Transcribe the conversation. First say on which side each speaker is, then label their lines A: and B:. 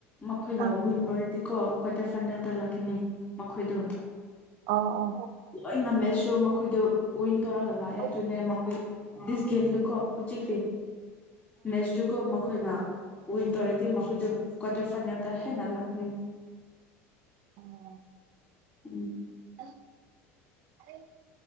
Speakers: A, on the left; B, on the right.
A: ꯃꯈꯣꯏꯅ
B: ꯑꯥ
A: ꯋꯤꯟ ꯇꯣꯔꯦꯗꯤꯀꯣ ꯀ꯭ꯋꯥꯇꯔ ꯐꯥꯏꯅꯦꯜꯗ ꯂꯥꯛꯈꯤꯅꯤ ꯃꯈꯣꯏꯗꯣ
B: ꯑ ꯑ
A: ꯂꯣꯏꯅ ꯃꯦꯠꯁꯁꯨ ꯃꯈꯣꯏꯗꯨ ꯋꯤꯟ ꯇꯧꯔꯒ ꯂꯥꯛꯑꯦ
B: ꯑ
A: ꯑꯗꯨꯅꯦ ꯃꯈꯣꯏ ꯕꯤꯁ ꯒꯦꯝꯗꯨꯀꯣ ꯍꯧꯖꯤꯛꯇꯤ ꯃꯦꯠꯁꯇꯨꯀꯣ ꯃꯈꯣꯏꯅ ꯋꯤꯟ ꯇꯧꯔꯗꯤ ꯃꯈꯣꯏꯗꯨ ꯀ꯭ꯋꯥꯔꯇꯔ ꯐꯥꯏꯅꯦꯜꯗ ꯍꯦꯟꯅ ꯂꯥꯛꯅꯤ
B: ꯑꯣ
A: ꯎꯝ
B: ꯑ ꯑꯔꯦ